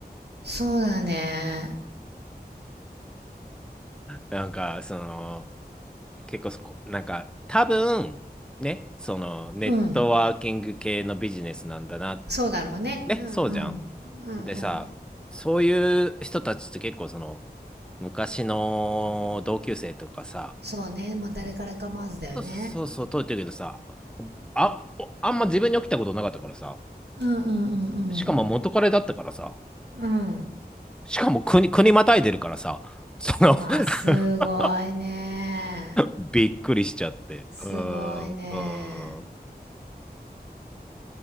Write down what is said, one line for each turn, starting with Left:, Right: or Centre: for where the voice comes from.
Right: そうだね。
Centre: なんか、その、結構そこなんか多分ねそのネットワーキング系のビジネスなんだな
Right: うん。そうだろうね。
Centre: ねそうじゃん
Right: うんうん。うんうん。
Centre: でさそういう人たちって結構その昔の同級生とかさ
Right: そうね。まあ、誰から構わずだよね。
Centre: そうそうそう通ってるけどさあおあんま自分に起きたことなかったからさ
Right: うんうんうん
Centre: しかも元彼だったからさ
Right: うん。うん。
Centre: しかも国、国またいでるからさその
Right: わあ、
Centre: <laughs>
Right: すごいね。
Centre: びっくりしちゃってうーんうーん
Right: すごいね。